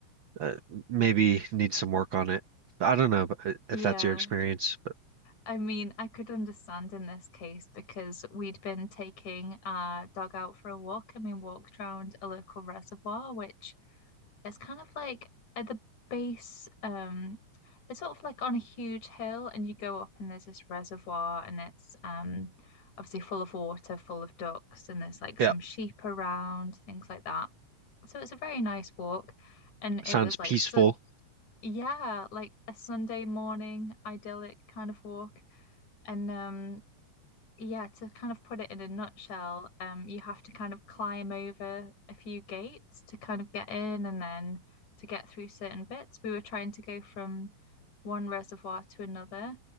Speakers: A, on the right (about 65°); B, on the left (about 70°).
A: uh maybe need some work on it. I don't know but uh,
B: Yeah.
A: if that's your experience, but
B: I mean, I could understand in this case because we'd been taking our dog out for a walk and we walked around a local reservoir, which It's kind of like at the base, um, it's sort of like on a huge hill, and you go up, and there's this reservoir, and it's um, obviously full of water, full of ducks, and there's like
A: yeah,
B: some sheep around, things like that. So it's a very nice walk. And
A: sounds
B: it was
A: peaceful.
B: like, sun yeah, like a Sunday morning idyllic kind of walk. And um, yeah, to kind of put it in a nutshell, um, you have to kind of climb over a few gates to kind of get in and then to get through certain bits. We were trying to go from one reservoir to another.